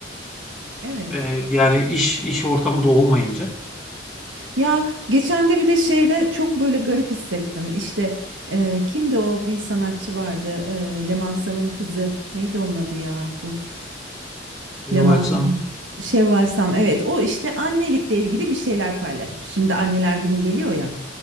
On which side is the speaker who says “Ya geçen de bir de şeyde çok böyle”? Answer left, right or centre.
Right